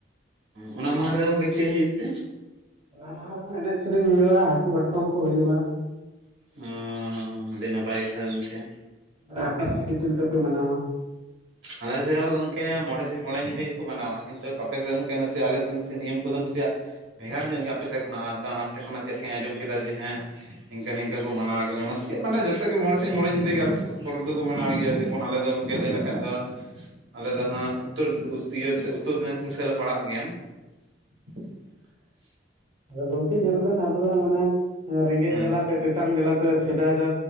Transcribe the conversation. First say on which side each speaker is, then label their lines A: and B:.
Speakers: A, on the right; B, on the right.
A: ᱚ ᱚᱱᱟ ᱢᱟᱦᱟ ᱨᱮᱫᱚ ᱜᱚᱝᱠᱮ ᱪᱮᱜ ᱦᱩᱭᱩᱜ ᱛᱮ᱾
B: ᱚᱱᱟ ᱞᱟᱦᱟ ᱨᱮᱦᱚᱸ ᱮᱱᱮᱡ ᱥᱮᱨᱮᱧ ᱦᱩᱭᱩᱜᱼᱟ ᱦᱟᱹᱠᱩ ᱠᱟᱴᱠᱚᱢ ᱠᱚ ᱦᱩᱭᱩᱜᱼᱟ
A: ᱚ ᱟᱹᱰᱤ ᱱᱟᱯᱟᱭ ᱠᱟᱛᱷᱟ ᱜᱚᱢᱠᱮ
B: ᱨᱟᱛᱟ ᱥᱟ ᱫᱤᱯᱤᱞ ᱠᱟᱛᱮ ᱢᱟᱱᱟᱣᱟ
A: ᱟᱞᱮ ᱥᱮᱫ ᱦᱚᱸ ᱜᱚᱝᱠᱮ ᱢᱚᱬᱮ ᱥᱤᱧ ᱢᱚᱬᱮ ᱧᱤᱫᱟᱹ ᱜᱮ ᱠᱚ ᱢᱟᱱᱟᱣᱟ ᱠᱤᱱᱛᱩ ᱟᱯᱮ ᱥᱮᱫ ᱜᱚᱝᱠᱮ ᱱᱟᱥᱮᱭᱟᱜ ᱟᱞᱮ ᱥᱮᱫ ᱱᱟᱥᱮᱭᱟᱜ ᱱᱤᱭᱚᱢ ᱠᱚᱫᱚ ᱱᱟᱥᱮᱭᱟᱜ ᱵᱷᱮᱜᱟᱲ ᱧᱚᱜ ᱜᱮᱭᱟ ᱟᱯᱮ ᱥᱮᱫ ᱠᱷᱱᱟᱜ ᱟᱢ ᱴᱷᱮᱱ ᱠᱷᱱᱟᱜ ᱪᱮᱫᱞ ᱞᱮᱠᱟᱧᱸᱡᱚᱢ ᱠᱮᱫᱟᱮ ᱦᱮᱸ ᱱᱤᱝᱠᱟ ᱱᱤᱝᱠᱟ ᱠᱚ ᱢᱟᱱᱟᱣ ᱠᱮᱫᱟ ᱚᱱᱟᱥᱤᱭᱟᱜ ᱢᱟᱱᱮ ᱡᱚᱛᱚᱜ ᱜᱮ ᱢᱚᱬᱮ ᱥᱤᱧ ᱢᱚᱬᱮ ᱧᱤᱫᱟᱹ ᱜᱮ ᱟᱞᱮᱮᱫ ᱯᱚᱨᱚᱵᱽ ᱫᱚᱠᱚ ᱢᱟᱱᱟᱣ ᱜᱮᱭᱟ ᱚᱱ ᱟᱞᱮ ᱫᱚ ᱠ ᱞᱟᱹᱭ ᱞᱮᱠᱷᱟᱡ ᱫᱚ ᱟᱞᱮ ᱫᱚ ᱦᱟᱸᱜ ᱩᱛᱛᱚᱨ ᱩᱛᱛᱚᱨ ᱫᱤᱱᱟᱡᱯᱩᱨ ᱥᱮᱫᱞ ᱞᱮ ᱯᱟᱲᱟᱜ ᱜᱮᱭᱟ <inaudible> <inaudible>
B: ᱟᱫᱚ ᱜᱚᱝᱠᱮ ᱧᱮᱞ ᱵᱮᱱ ᱟᱵᱚ ᱨᱮᱱ- ᱢᱟᱱᱮ ᱨᱮᱸᱜᱮᱡ
A: ᱦᱮᱸ
B: ᱡᱟᱞᱟ ᱛᱮ ᱛᱮᱛᱟᱝ ᱡᱟᱞᱟ ᱛᱮ ᱥᱮᱫᱟᱭ ᱫᱚ